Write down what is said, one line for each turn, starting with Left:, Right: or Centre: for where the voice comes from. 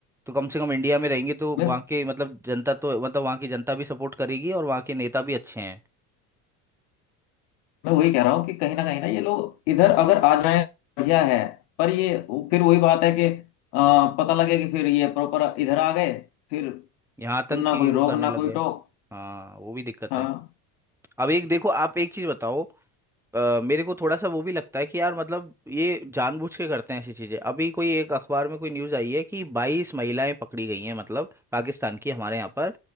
Centre: तो कम से कम इंडिया में रहेंगे तो वहाँ
Left: मैं
Centre: के मतलब जनता तो मतलब वहाँ की जनता भी सपोर्ट करेगी और वहाँ के नेता भी अच्छे हैं
Left: मैं वही कह रहा हूँ कि कहीं ना कहीं ना ये लोग इधर अगर आ जाए बढ़िया है पर ये वो- फिर वही बात है कि आ, पता लगे कि फिर ये प्रॉपर इधर आ गए फिर
Centre: यहाँ तक
Left: ना
Centre: कि
Left: कोई
Centre: वो
Left: रोक
Centre: करने
Left: ना
Centre: लग
Left: कोई
Centre: गए
Left: टोक
Centre: हाँ वो भी दिक्कत
Left: हाँ
Centre: है अब एक देखो आप एक चीज बताओ अ, मेरे को थोड़ा सा वो भी लगता है कि यार मतलब ये जानबूझ के करते हैं ऐसी चीजें अभी कोई एक अखबार में कोई न्यूज़ आई है कि बाईस महिलाएं पकड़ी गई हैं मतलब पाकिस्तान की हमारे यहाँ पर